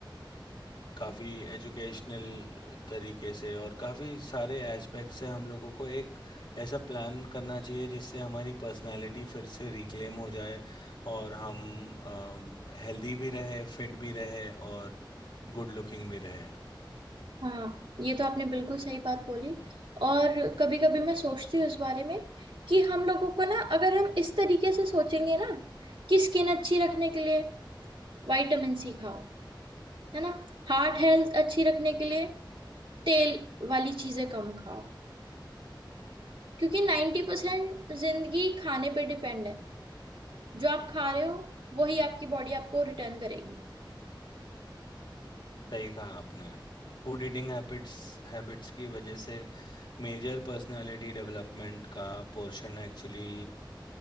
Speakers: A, on the left (about 65°); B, on the right (about 80°).
A: काफ़ी एजुकेशनल तरीके से और काफ़ी सारे एस्पेक्ट से हम लोगों को एक ऐसा प्लान करना चाहिए जिससे हमारी पर्सनालिटी फिर से रिक्लेम हो जाए और हम हेल्दी भी रहे फिट भी रहे और गुड लुकिंग भी रहे
B: हाँ ये तो आपने बिल्कुल सही बात बोली और कभी कभी मैं सोचती हूँ इस बारे में कि हम लोगों को ना अगर हम इस तरीके से सोचेंगे ना कि स्किन अच्छी रखने के लिए विटामिन सी खाओ है ना हार्ट हेल्थ अच्छी रखने के लिए तेल वाली चीजें कम खाओ क्योंकि नाइन्टी परसेंट जिंदगी खाने पे डिपेंड है जो आप खा रहे हो वही आपकी बॉडी आपको रिटर्न करेगी
A: सही कहा आपने फूड ईटिंग हैबिट्स हैबिट्स की वजह से मेजर पर्सनालिटी डेवलपमेंट का पोर्शन एक्चुअली